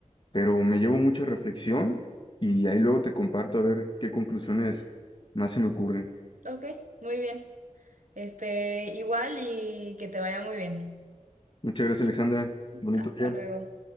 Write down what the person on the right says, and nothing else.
ok, muy bien. Este, igual y que te vaya muy bien.
Hasta
luego.